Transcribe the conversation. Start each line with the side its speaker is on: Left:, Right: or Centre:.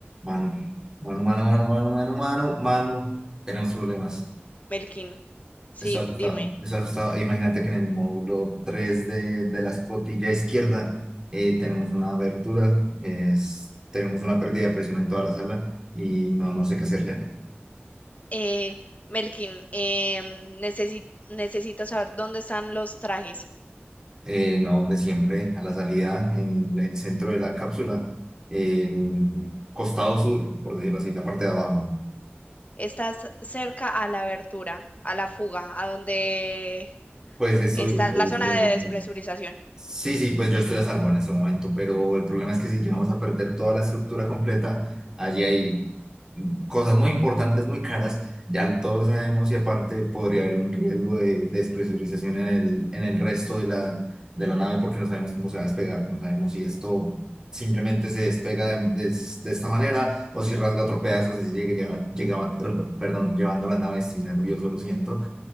Right: Mano, mano, mano, mano, mano, mano, mano, mano. Tenemos problemas.
Left: Melkin, sí,
Right: Está asustado,
Left: dime.
Right: está asustado. E Imagínate que en el módulo 3 de, de la escotilla izquierda eh, tenemos una abertura, es- tenemos una pérdida de presión en toda la sala y no, no sé qué hacer ya.
Left: Eh, Melkin, em, necesi- necesito saber dónde están los trajes.
Right: Eh, no, donde siempre, a la salida, en el centro de la cápsula, el costado sur, por decirlo así, la parte de abajo.
Left: Estás cerca a la abertura, a la fuga, a donde
Right: Pues estoy,
Left: está
Right: estoy,
Left: la zona
Right: estoy en
Left: de
Right: esto.
Left: despresurización.
Right: Sí, sí, pues yo estoy a salvo en ese momento, pero el problema es que si llegamos a perder toda la estructura completa, allí hay mm, cosas muy importantes, muy caras, ya todos lo sabemos y aparte podría haber un riesgo de despresurización en el, en el resto de la, de la nave porque no sabemos cómo se va a despegar, no sabemos si esto simplemente se despega de, de de esta manera o si rasga otro pedazo, si llegue, lleva- llegaba, perdón, llevando la nave, estoy nervioso, lo siento.